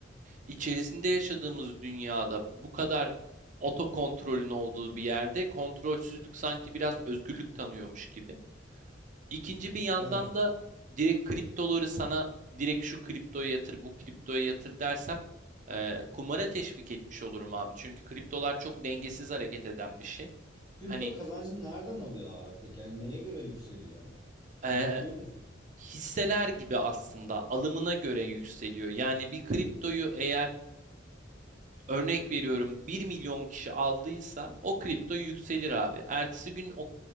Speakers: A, on the right; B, on the left.
A: içerisinde yaşadığımız dünyada bu kadar otokontrolün olduğu bir yerde kontrolsüzlük sanki biraz özgürlük tanıyormuş gibi. İkinci bir yandan
B: Evet.
A: da direkt kriptoları sana direkt şu kriptoya yatır, bu kriptoya yatır dersem eee kumara teşvik etmiş olurum abi. Çünkü kriptolar çok dengesiz hareket eden bir şey.
B: Kripto
A: Hani
B: kazancını nereden alıyor abi peki? Yani neye göre yükseliyor?
A: eee,
B: Bunu biliyor musun?
A: hisseler gibi aslında alımına göre yükseliyor. Yani bir kriptoyu eğer örnek veriyorum bir milyon kişi aldıysa o kripto yükselir abi. Ertesi gün o